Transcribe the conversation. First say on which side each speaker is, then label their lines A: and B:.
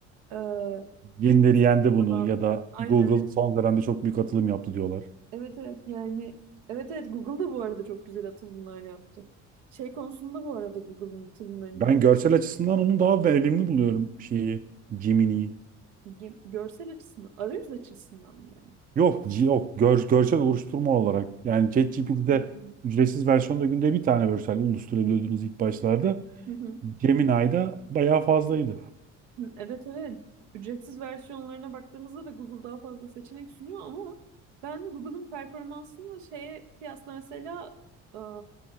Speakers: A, on the right (about 75°); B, on the right (about 25°).
A: e, DeepSeek
B: Yenileri yendi bunu
A: falan.
B: ya da
A: Aynen
B: Google
A: öyle.
B: son dönemde çok büyük atılım yaptı diyorlar.
A: Evet evet yani evet evet Google da bu arada çok güzel atılımlar yaptı. Şey konusunda bu arada Google'ın atılımlarını
B: Ben
A: ben
B: görsel açısından onu daha verimli buluyorum şeyi Gemini'yi.
A: ge- görsel açısından, arayüz açısından mı yani?
B: Yok G- yok gör- görsel oluşturma olarak yani ChatGPT'de
A: Hı hı.
B: ücretsiz versiyonda günde bir tane görsel oluşturabiliyordunuz ilk başlarda.
A: Hı hı.
B: Gemini'de bayağı fazlaydı.
A: Hı, Evet evet. Ücretsiz versiyonlarına baktığımızda da Google daha fazla seçenek sunuyor ama ben Google'ın performansını şeye kıyasla mesela eee,